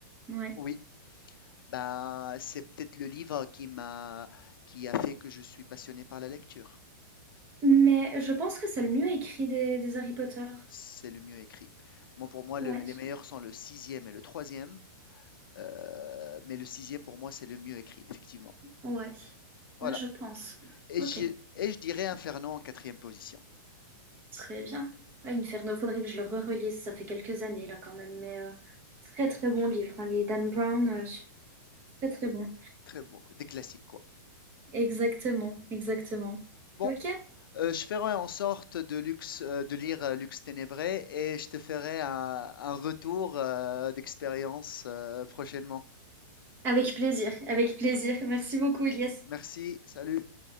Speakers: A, on the right (about 20°); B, on the left (about 80°).
A: Ouais.
B: Oui, bah, c'est peut-être le livre qui m'a, qui a fait que je suis passionné par la lecture.
A: Mais je pense que c'est le mieux écrit des, des Harry Potter.
B: C'est le mieux écrit. Moi, pour moi,
A: Ouais.
B: le- les meilleurs sont le sixième et le troisième, euh, mais le sixième, pour moi, c'est le mieux écrit, effectivement.
A: Ouais.
B: Voilà.
A: Ouais, je pense.
B: Et
A: Ok.
B: je, et je dirais Inferno en quatrième position.
A: Très bien. Ouais, Inferno, faudrait que je le re-relise. Ça fait quelques années, là, quand même. Mais euh, très, très bon livre. hein. Les Dan Brown, euh, très, très bon.
B: Très bon, des classiques quoi.
A: Exactement. Exactement.
B: Bon,
A: Ok.
B: euh, je ferai en sorte de, Lux, euh, de lire euh, Lux Ténébré et je te ferai un, un retour euh, d'expérience euh, prochainement.
A: Avec plaisir. Avec plaisir. Merci beaucoup, Elias.
B: Merci, salut.